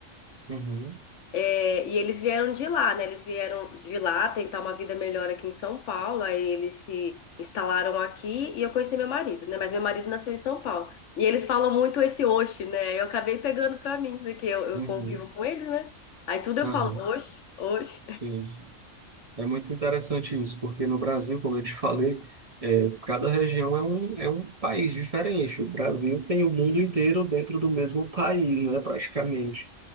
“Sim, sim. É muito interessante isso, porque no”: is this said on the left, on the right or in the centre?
Right